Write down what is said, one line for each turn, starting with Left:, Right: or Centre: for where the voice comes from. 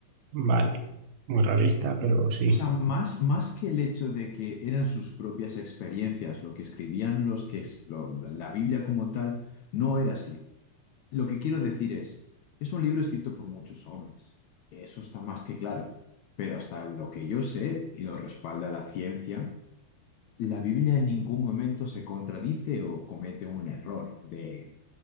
Right: Vale, muy realista,
Left: Mm,
Right: pero sí.
Left: O sea, más, más que el hecho de que eran sus propias experiencias, lo que escribían los que es, lo- la la Biblia como tal, no era así. Lo que quiero decir es, es un libro escrito por muchos hombres. Eso está más que claro. Pero hasta lo que yo sé, y lo respalda la ciencia, la Biblia en ningún momento se contradice o comete un error de,